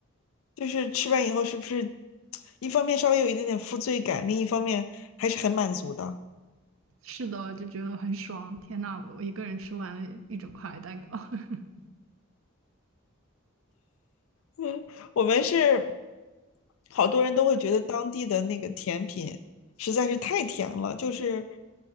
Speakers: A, on the left (about 80°); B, on the right (about 75°).
A: 就是吃完以后是不是 <tsk> 一方面稍微有一点点负罪感，另一方面还是很满足的。
B: 是的，就觉得很爽，天呐，我我一个人吃完了一整块蛋糕。<laughs>
A: 嗯，我们是好多人都会觉得当地的那个甜品实在是太甜了，就是